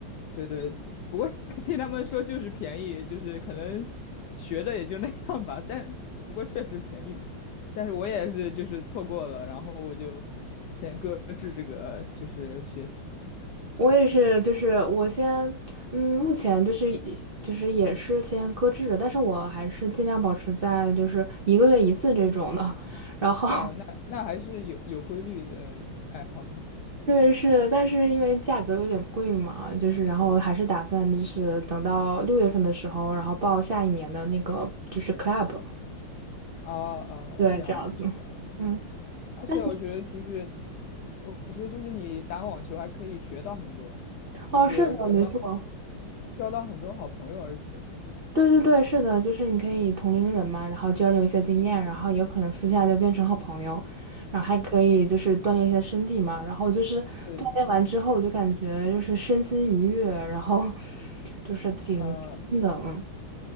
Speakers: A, on the left (about 75°); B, on the right (about 70°).
A: 对对，不过 <laughs> 听他们说就是便宜，就是可能学的也就那样吧，但不过确实便宜嘛。但是我也是就是错过了，然后我就先搁置这个就是学习
B: 我也是，就是我先，嗯，目前就是以就是也是先搁置，着，但是我还是尽量保持在就是一个月一次这种的，然后 <laughs>
A: 啊，那那还是有有规律的爱好
B: 对是，但是因为价格有点贵嘛，就是然后还是打算就是等到六月份的时候，然后报下一年的那个就是 club，
A: <laughs> 啊啊，
B: 对，
A: 这样子是这样子。
B: 这样子，嗯，
A: 而且我觉得就是
B: 但是
A: 我我觉得就是你打网球还可以学到很多，就是交到
B: 哦是的，没错。
A: 交到很多好朋友，而且
B: 对对对，是的，就是你可以同龄人嘛，然后交流一些经验，然后有可能私下就变成好朋友，然后还可以就是锻炼一些身体嘛，然后就是锻炼完之后，
A: 对的。
B: 我就感觉就是身心愉悦，然后 <laughs> 就是挺真的，
A: 啊、呃
B: 嗯